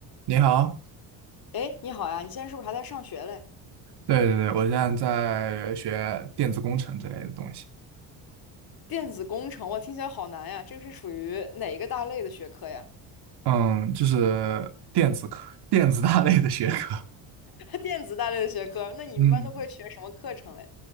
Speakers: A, on the right; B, on the left.
A: 你好，
B: 哎，你好呀，你现在是不是还在上学嘞？
A: 对对对，我现在在学电子工程之类的东西，
B: 电子工程，哇，听起来好难呀，这个是属于哪一个大类的学科呀？
A: 嗯，就是电子科、电子大类的学科，
B: <laughs> 电子大类的学科，那你们班都会学什么课程嘞？
A: 嗯，